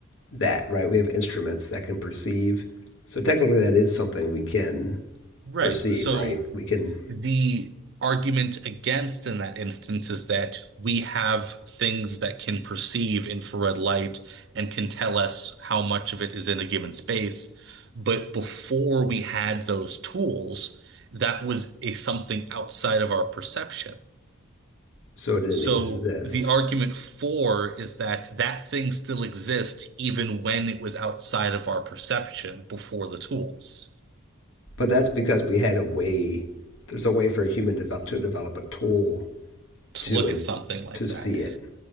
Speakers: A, on the left (about 60°); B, on the right (about 50°).
A: that, right? We have instruments that can perceive. So technically, that is something we can
B: Right.
A: perceive,
B: So
A: right? We can.
B: the argument against in that instance is that we have things that can perceive infrared light and can tell us how much of it is in a given space. But before we had those tools, that was a something outside of our perception.
A: So it didn't
B: So
A: exist,
B: the argument for is that that thing still exists even when it was outside of our perception before the tools
A: but that's because we had a way. There's a way for a human develop, to develop a tool
B: to
A: to
B: look
A: and
B: at something like
A: to see
B: that.
A: it,